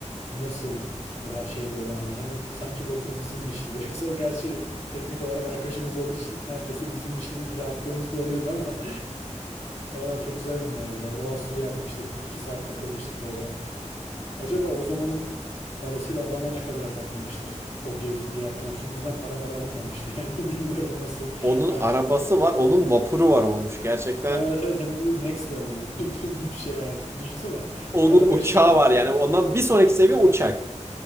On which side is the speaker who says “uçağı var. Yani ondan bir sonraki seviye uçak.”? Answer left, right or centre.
Right